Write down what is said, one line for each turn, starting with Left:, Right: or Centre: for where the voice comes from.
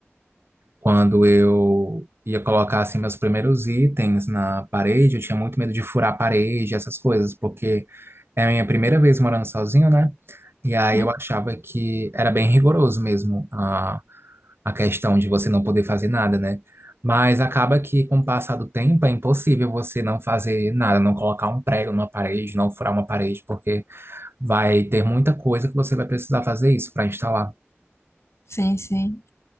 Right: quando eu ia colocar assim meus primeiros itens na parede, eu tinha muito medo de furar a parede, essas coisas, porque É a minha primeira vez morando sozinho, né? E aí
Left: Hum?
Right: eu achava que era bem rigoroso mesmo a, a questão de você não poder fazer nada, né? Mas acaba que com o passar do tempo é impossível você não fazer nada, não colocar um prego numa parede, não furar uma parede, porque vai ter muita coisa que você vai precisar fazer isso para instalar.
Left: Sim, sim.